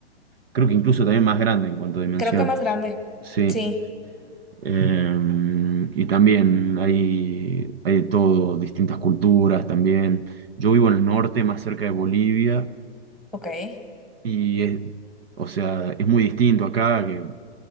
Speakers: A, on the right (about 60°); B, in the centre.
A: creo que incluso también más grande en cuanto a dimensiones,
B: Creo que más grande.
A: sí.
B: Sí,
A: Eh, y también hay, hay de todo, distintas culturas también. Yo vivo en el norte, más cerca de Bolivia,
B: ok. Eh,
A: y es, o sea, es muy distinto acá, que